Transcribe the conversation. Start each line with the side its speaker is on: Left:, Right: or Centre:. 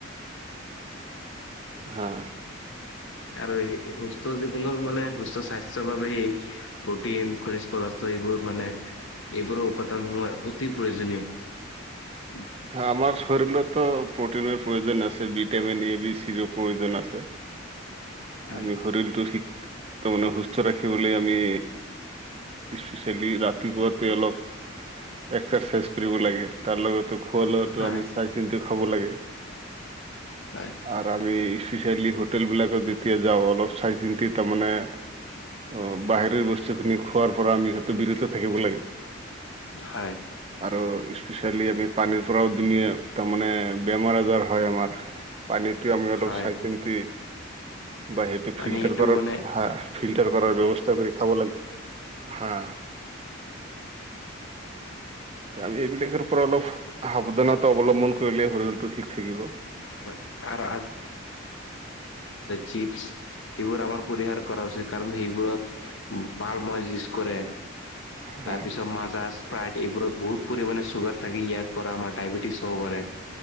Right: <inaudible> হা।
Left: আৰু এই <unintelligible> <unintelligible> মানে সুস্থ স্বাস্থ্য বাবে প্ৰটিন <unintelligible> পদাৰ্থ এইবোৰ মানে এইবোৰো উপাদান হোৱা অতি প্ৰয়োজনীয়
Right: আমাৰ <unintelligible> ত প্ৰটিনৰ প্ৰয়োজন আছে, ভিটামিন এ বি চিৰো প্ৰয়োজন আছে।
Left: হয়,
Right: আমি শৰীৰটো শিক তাৰ মানে সুস্থ ৰাখিবলৈ আমি, স্পেচিয়েলি ৰা তিপুৱাতে অলপ এক্সাৰচাইজ কৰিব লাগে, তাৰ লগতো খোৱা লোৱাটো
Left: হয়।
Right: আমি চাই চিন্তি খাব লাগে।
Left: হয়।
Right: আৰু আৰ এই স্পেচালি হোটেল বিলাকত দি তিয়া যাওঁ, অলপ চাই চিন্তি তাৰমানে অ', বাহিৰৰ বস্তু খিনি খোৱাৰ পৰা আমি হয়তো বিৰত থাকিব লাগে।
Left: হয়
Right: আৰু স্পেচিয়েলি আমি পানীৰ পৰাও ধুনীয়া তাৰমানে বেমাৰ আজাৰ হয় আমাৰ পানীটোৱে আমি অলপ
Left: হয়
Right: চাই চিন্তি বা সেইটো
Left: পানী
Right: ফিল্টাৰ
Left: এইটো
Right: কৰাৰ,
Left: মানে
Right: হা ফিল্টাৰ কৰাৰ ব্যৱস্থা কৰি খাব লাগে। হা, <unintelligible> পৰা অলপ সাৱধানতা অৱলম্বন কৰিলে সৰিয়লটো ঠিক থাকিব।
Left: হয় আৰু চিপছ্, এইবোৰ আমাৰ পৰিহাৰ কৰা উচিত কাৰণ সেইবোৰত পাল মছ ইউজ কৰে।
Right: হা
Left: তাৰ পিছত মাজা স্পাইট এইবোৰত বহুত পৰিমাণে চুগাৰ থাকে ইয়াৰ পৰা আমাৰ ডায়বেটিছ হ'ব পাৰে